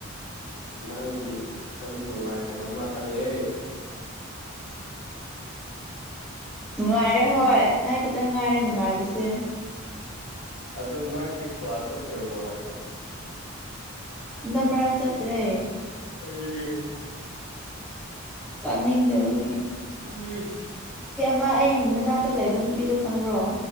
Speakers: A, on the left; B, in the centre.
A: ꯅꯪꯗꯤ ꯈꯔ ꯅꯨꯡꯉꯥꯏꯈ꯭ꯔ ꯃꯥꯜꯂꯦꯍꯦ
B: ꯅꯨꯡꯉꯥꯏꯔꯦ ꯍꯣꯏ ꯑꯩ ꯈꯛꯇꯪ ꯉꯥꯏꯔꯦ ꯅꯨꯡꯉꯥꯏꯕꯁꯦ
A: ꯑꯗꯨ ꯅꯪꯗꯤ ꯀ꯭ꯂꯥꯁ ꯆꯠꯇ꯭ꯔꯕꯣ ꯍꯥꯏꯁꯦ
B: ꯍꯟꯗꯛ ꯃꯔꯛ ꯆꯠꯇ꯭ꯔꯦ
A: ꯀꯩꯒꯤ
B: ꯆꯠꯅꯤꯡꯗꯕꯒꯤ
A: ꯔꯁ
B: ꯃꯥ ꯑꯩ ꯃꯅꯥꯛꯇ ꯂꯩꯕ ꯅꯨꯄꯤꯗꯣ ꯈꯪꯕ꯭ꯔꯣ